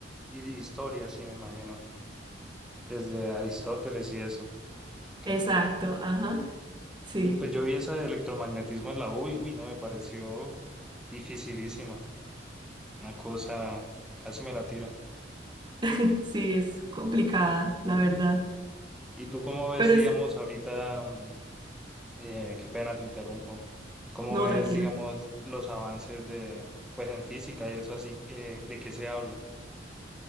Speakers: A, in the centre; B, on the right.
A: y de historia, sí, me imagino. Desde Aristóteles y eso. Ok.
B: Exacto, ajá. Sí,
A: Yo, pues, yo vi esa de electromagnetismo en la U y, uy, no, me pareció dificilísima. Una cosa, casi me la tiro.
B: <laughs> sí, es complicada, la verdad.
A: ¿Y tú cómo ves,
B: Pero
A: digamos,
B: es,
A: ahorita, mm, eh, qué pena te interrumpo, cómo
B: no,
A: ves,
B: tranquilo.
A: digamos, los avances de, pues, en física y eso así, eh, de qué se habla?